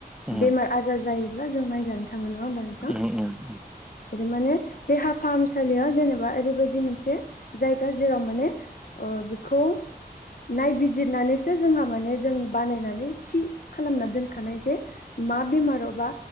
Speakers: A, in the centre; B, on the left.
A: उम
B: बेमार आजार जायोब्ला जों नायजानो थाङो नङा होमबा नोंथां?
A: उम उम उम
B: बिदि माने देहा फाहामसालियाव जेनेबा ओरैबायदि मोनसे जाय दा जेराव माने ओ बे खौ नायबिजिरनानैसो जोंहा माने जों बानायनानै थि खालामना दोन खानाय जे मा बेमारावबा